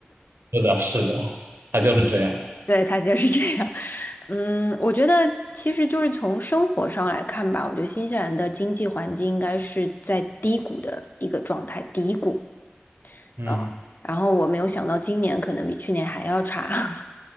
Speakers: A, on the right (about 80°); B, on the left (about 50°).
A: 是的，是的，它就是这样。
B: <laughs> 对，他就是这样。嗯，我觉得其实就是从生活上来看吧，我觉得新西兰的经济环境应该是在低谷的一个状态，低谷。
A: 嗯，
B: 啊。然后我没有想到今年可能比去年还要差。